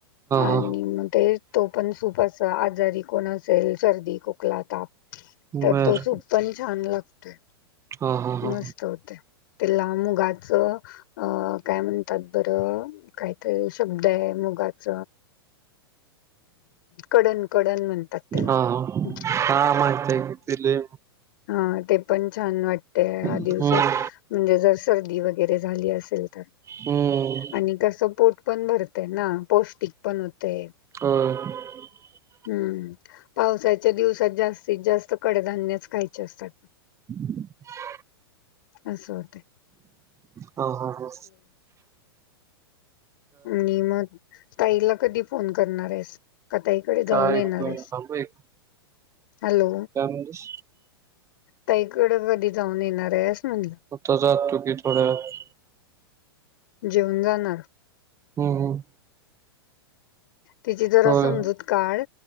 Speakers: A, on the left; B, on the right.
A: आणि
B: हा
A: मग ते तो पण सूपास आजारी कोण असेल सर्दी खोकला ताप तर
B: बर
A: तो सूप पण छान लागतोय
B: हा हा हा
A: मस्त होते त्याला मुगाच अ काय म्हणतात बरं कायतरी शब्द आहे मुगाच कडन कड म्हण ्
B: हा हा हा माहित आहे की दिले
A: हा ते पण छान वाट ह दिवसात
B: हम्म
A: म्हणजे जर सर्दी वगैरे झाली असेल तर
B: हम्म
A: आणि कस पोट पण भरते ना पौष्टिक पण होते
B: ह
A: हम्म पावसाच्या दिवसात जास्तीत जास्त कडधान्यच खायचे असतात
B: ह
A: अससं होते
B: ह ह हो
A: मी मग ताईला कधी फोन करणार आहेस कताईकडे जाऊन
B: काय
A: येणार
B: ऐकू
A: आहेस
B: येईना थांब एक
A: हॅलो
B: काय म्हलीस
A: तईकडं कधी जाऊन येणार आहे असस म्हणलं
B: आता जातो की थोड्या वेळात
A: जेऊन जाणार
B: हम्म हम्म
A: तिची जरा
B: होय
A: समजूत काढ